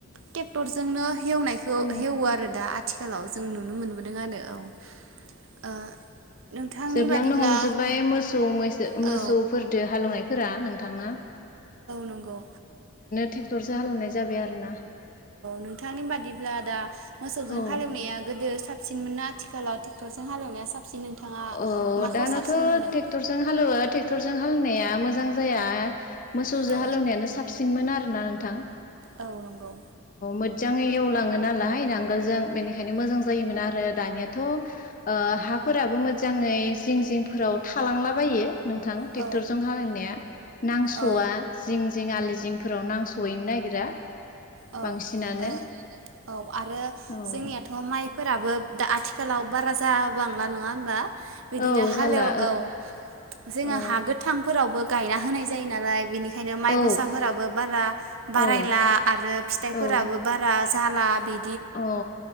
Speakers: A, on the right; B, on the left.
A: ट्रेक्टरजोंनो हेवनायखौ
B: औ
A: हेवो आरो दा आथिखालाव जों नुनो मोनबोदों आरो औ ओ नोंथांनि
B: जोबलांनो
A: बादिब्ला
B: हमजोब्बाय मोसौसो
A: औ
B: मोसौफोरदो हालेवनायफोरा नों थांना
A: नंगौ औ
B: ट्रेक्टरसो हालेवनाय जाबाय आरोना
A: नोंथांनि बादिब्ला दा मोसौजों
B: औ
A: हालेवनाया गोदो सा साबसिन मोन आथिखालाव ट्रेक्टरजों हालवनाया साबसिन नोंथाङा
B: अ
A: माखौ
B: दानाथ'
A: साबसिन मोनदों?
B: ट्रेक्टरजों हालेवो ट्रेक्टरजों हालेनाया मोजां मोजां जाया मोसौजो
A: औ
B: हालौवनायानो साबसिनमोन आरोना थां
A: औ नंगौ
B: मोजाङै लवलाङो नालाय नांगोलजों बेनिखायनो मोजां जायोमोन आरो दानियाथ' ओ हां फोराबो फोराबो मोजां मोजाङै जिं जिंफोराव थालांलाबायो नोंथां
A: औ
B: ट्रेक्टरजों हालायनाया नांस'वा
A: औ
B: जिं जिं आलि जिं फोराव नांसहैनो नागिरा।
A: औ
B: बांसिनानो
A: औ औ आरो
B: औ
A: जोंनियाथ' माइफोराबो दा आथिखा आथिखालाव बारा जाबांला नङा होनोमबा? बिदिनो
B: औ
A: हालेव
B: जाला
A: औ जोङो
B: औ
A: हा गोथांफोरावबो गायना होनाय जायो नालाय बिनि आरो माइ
B: औ
A: गसाफोराबो बारा बारायला
B: औ
A: फिथाइफोराबो
B: औ
A: बारा जाला बि
B: औ